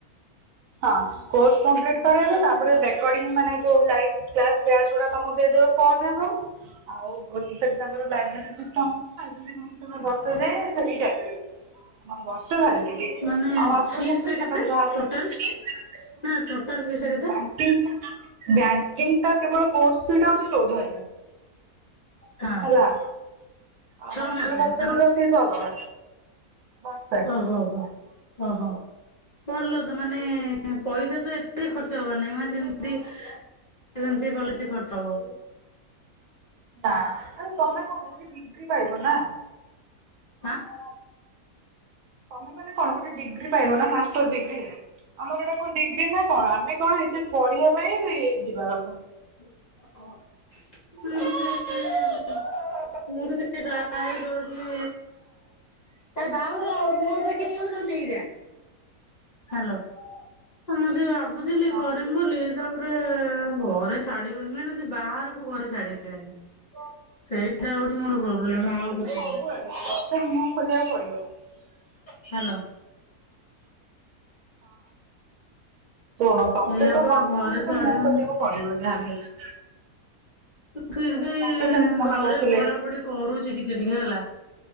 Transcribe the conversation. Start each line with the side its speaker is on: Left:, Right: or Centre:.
Right: ହଁ କୋର୍ସ୍ କମ୍ପ୍ଲିଟ୍ କରେଇବେ ତାପରେ ରେକଡ଼ିଂ ମାନେ ଯୋଉ ଲାଇଭ୍ କ୍ଲାସ୍ ବ୍ୟାଚ୍ ଉରା ତମକୁ ଦେଇଦେବେ <unintelligible> ଆଉ ଗୋଟେ ତାଙ୍କର ଲାଇବ୍ରେରୀ ସିଷ୍ଟମ୍ ଲାଇବ୍ରେରୀ ରୁମ୍ ଟାରେ ବସା ଯାଏ ସେଠିକି ଯାଇପାରିବ। ବର୍ଷେ ଭାଲେଡି଼ଟି
Left: ମାନେ
Right: ଆଉ <unintelligible>
Left: ଫିସ୍ ଟା କେତେ ଟୋଟାଲ?
Right: <unintelligible>
Left: ନା ଟୋଟାଲ ଫିସ୍ ଟା
Right: ବ୍ୟାଙ୍କିଙ୍ଗ୍
Left: କେତେ?
Right: ବ୍ୟାଙ୍କିଙ୍ଗ୍ ଟା କେବଳ କୋର୍ସ୍ <unintelligible> ହଉଛି ଚଉଦ ହଜାର <unintelligible>
Left: ହଁ।
Right: ହେଲା। ଆଉ
Left: ଛଅ
Right: ହଷ୍ଟେଲ୍
Left: ମାସରେ
Right: ଫଷ୍ଟେଲ୍
Left: ନା ବ
Right: ର ଫିସ୍ ଅଲଗା। ବର୍ଷେ।
Left: ଓହୋ ହୋ ଓହୋ ଭଲ ତ ମାନେ ପଇସା ତ ଏତେ ଖର୍ଚ୍ଚ ହବାର ନାହିଁ। ସେମାନେ ଯେମିତି ଗଲତି କରିଦବ।
Right: ନା ଆରେ ତମେ କଣ ଗୋଟେ ଡିଗ୍ରୀ ପାଇବ ନା?
Left: ହ <unintelligible>
Right: ତମେ ମାନେ କଣ ଗୋଟେ ଡିଗ୍ରୀ ପାଇବ ନା ମାଷ୍ଟର ଡିଗ୍ରୀ। ଆମର ଏଟା କଣ ଡିଗ୍ରୀ ନା କଣ ଆମେ କଣ ନିଜେ ପଢିବା ପାଇଁ ଯିବା କଥା।
Left: ହଁ। ମୁଁ ବି ସେଇ ଟାରଏ କରୁଚି। ଏ ଭାଉଜ ମୁହଁ ଦେଖେଇକି ଗଲ ତାକୁ ନି ନେଇକି ଯା ହାଲୋ ମୁଁ ଯୋଉ ଭାବୁଥିଲି
Right: ହଁ।
Left: କରିମ ବୋଲି ତାପରେ ଘରେ ଛାଡିବେନି ମେନ ହୋଉଚି। ବାହାରକୁ ଘରେ ଛାଡିବେନି ସେଇଟା ହୋଉ ମୋର ପ୍ରୋବ୍ଲେମ
Right: ସେଟା
Left: ଆଉ କିଛି
Right: ତ ସବୁଆଡେ
Left: ନୁ
Right: ତତେ ମୁହଁ ଖୋଲିବାକୁ ପଡିବ
Left: ହାଲୋ।
Right: କଣ ତତେତ
Left: ଏଇଆ ବା
Right: ହ <unintelligible>
Left: ଘରେ ଛାଡିବନି
Right: କରିବାକୁ ପଡିବ ଯାହାବି ହେଲେ।
Left: ଫିର ବି
Right: ମତେ ସେମିତି ମନା
Left: ଘରେ
Right: କରୁଥିଲେ
Left: ପଢାପଢି କରୁଚି ଟିକ ଟିକେ ଟିକେ ହେଲା